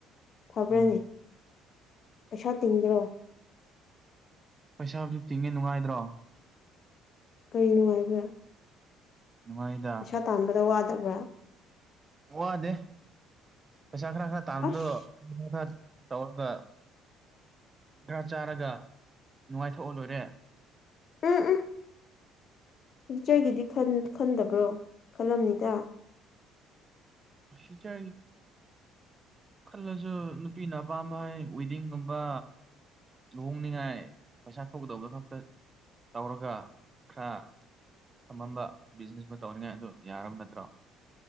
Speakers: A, on the left; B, on the right.
A: ꯐꯕ꯭ꯔꯥꯅꯦ
B: ꯎꯝ
A: ꯄꯩꯁꯥ ꯇꯤꯡꯗ꯭ꯔꯣ
B: ꯄꯩꯁꯥꯕꯨꯗꯤ ꯇꯤꯡꯉꯤ ꯅꯨꯡꯉꯥꯏꯇ꯭ꯔꯣ
A: ꯀꯩ ꯅꯨꯡꯉꯥꯏꯕ꯭ꯔꯥ
B: ꯅꯨꯡꯉꯥꯏꯗ
A: ꯄꯩꯁꯥ ꯇꯥꯟꯕꯗ ꯋꯥꯗꯕ꯭ꯔꯥ
B: ꯋꯥꯗꯦ ꯄꯩꯁꯥ ꯈꯔ ꯈꯔ ꯇꯥꯟꯕꯗꯣ
A: ꯑꯁ
B: <unintelligible> ꯇꯧꯔꯒ ꯈꯔ ꯆꯥꯔꯒ ꯅꯨꯡꯉꯥꯏꯊꯣꯛꯑ ꯂꯣꯏꯔꯦ
A: ꯎꯝ ꯎꯝ ꯐ꯭ꯌꯨꯆꯔꯒꯤꯗꯤ ꯈꯟ ꯈꯟꯗꯕ꯭ꯔꯣ ꯈꯜꯂꯝꯅꯤꯗ
B: <unintelligible> ꯈꯜꯂꯖꯨ ꯅꯨꯄꯤꯅ ꯑꯄꯥꯝꯕ ꯍꯥꯏ ꯋꯦꯗꯤꯡꯒꯨꯝꯕ ꯂꯨꯍꯣꯡꯅꯤꯉꯥꯏ ꯄꯩꯁꯥ ꯊꯣꯛꯀꯗꯧꯕ ꯈꯛꯇ ꯇꯧꯔꯒ ꯈ꯭ꯔꯥ ꯊꯝꯃꯝꯕ ꯕꯤꯖꯤꯅꯦꯁ ꯑꯃ ꯇꯧꯅꯤꯉꯥꯏ ꯑꯗꯨ ꯌꯥꯔꯕ ꯅꯠꯇ꯭ꯔꯣ